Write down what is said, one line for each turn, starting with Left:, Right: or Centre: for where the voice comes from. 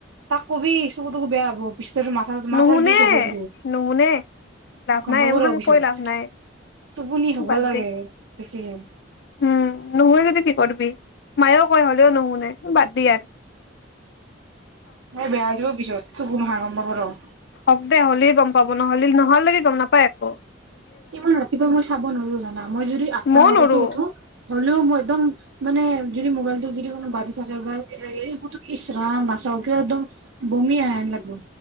Right: তাক কবি চকু তকো বেয়া হব পিছত <unintelligible> মাথাৰ-মাথাৰ
Left: নুশুনে
Right: বিষ হ'ব বহুত,
Left: নুশুনে লাভ
Right: গম
Left: নাই
Right: পাব
Left: এইমাখান
Right: ৰ পিছত,
Left: কৈ লাভ নাই
Right: টোপনি হব
Left: বাদ
Right: লাগে।
Left: দে
Right: <unintelligible>
Left: উম, নুহুয়ে যদি কি কৰবি, মায়েওঁ কয় হ'লেও নুহুনে, বাদ দিয় আৰু।
Right: <unintelligible> বেয়া হৈ যাব পিছত। <unintelligible>
Left: হক দে, হলেই গম পাব, নহ'লে নহ <unintelligible> গম নাপায় আকৌ।
Right: ইমান ৰাতিপুৱা মই চাব নোৱাৰো জানা, মই যদি আঠটা-নটাতো
Left: মইও নৰো
Right: উঠো। হ'লেও, মই একদম মানে যদি মোবাইলটো যদি কোনো বাজি থাকে বা এ, এইবোৰতো ইচৰাম নাচাওকে একদম বমি আহে লাগিব।